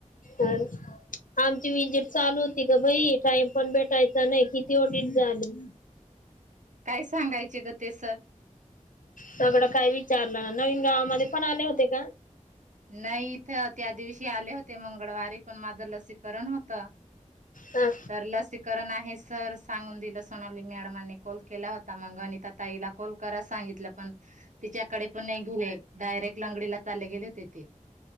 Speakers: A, on the left; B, on the right.
A: अ आमची विजीट चालू होती ग भाई टाइम पण भेटायचा नाही किती ऑडिट झाली
B: काय सांगायचे ग ते सर
A: सगळ काय विचारलं ना नवीन गावामध्ये पण आले होते का
B: नाही इथं त्या दिवशी आले होते मंगळवारी पण माझं लसीकरण होत
A: हा
B: तर लसीकरण आहे सर सांगून दिलं सोनाली मॅडमांनी कॉल केला होता मगंगनी तर ताईला कॉल करा सांगितलं पण तिच्याकडे पण नाही गेले डायरेक्ट लंगडीला चाले गेले होते ते